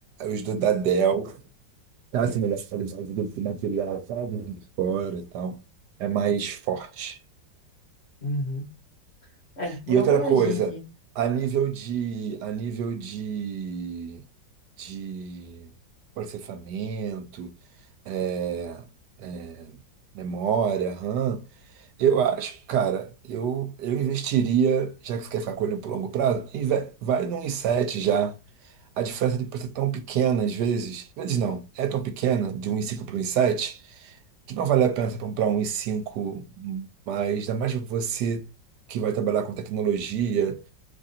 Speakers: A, on the right; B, on the left.
A: os do da Dell tá assim, melhor qualidade do que material, sabe? De fora e tal. É mais forte.
B: Uhum. É, vou
A: E
B: dar
A: outra
B: uma olhadinha
A: coisa,
B: aqui.
A: a nível de, a nível de, de processamento, é, é, memória, RAM, eu acho, cara, eu, eu investiria, já que você quer ficar com ele por longo prazo, e vai, vai num i7 já. A diferença de preço é tão pequena, às vezes, às vezes não, é tão pequena, de um i cinco para um i7, que não vale a pena você comprar um i cinco mais, ainda mais você que vai trabalhar com tecnologia,